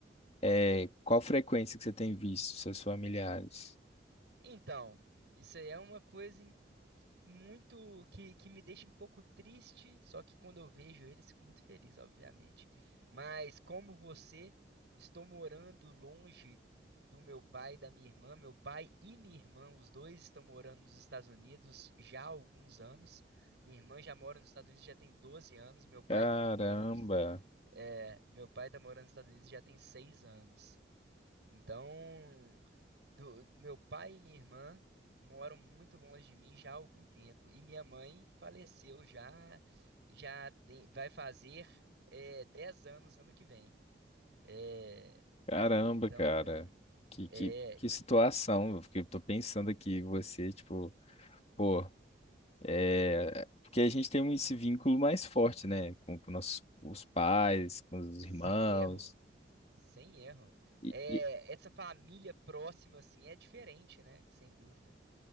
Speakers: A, on the left; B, on the right.
A: é, qual frequência que você tem visto seus familiares?
B: Então, isso aí é uma coisa muito que, que me deixa um pouco triste, só que quando eu vejo eles fico muito feliz, obviamente. Mas como você, estou morando longe do meu pai e da minha irmã. Meu pai e minha irmã, os dois estão morando nos Estados Unidos já há alguns anos. Minha irmã já mora nos Estados Unidos já tem 12 anos. Meu pai
A: Caramba,
B: está morando, é, meu pai tá morando nos Estados Unidos já tem 6 anos. Então, do- meu pai e minha irmã moram muito longe de mim já há algum tempo. E minha mãe faleceu já, já tem, vai fazer é, 10 anos ano que vem. É,
A: caramba,
B: então,
A: cara. Que,
B: é,
A: que, que situação, porque eu tô pensando aqui, você, tipo, pô, é, porque a gente tem esse vínculo mais forte, né, com, com nossos os pais, com os
B: sem
A: irmãos,
B: erro, sem erro.
A: e,
B: É,
A: e-
B: essa família próxima, assim, é diferente, né? Sem dúvida.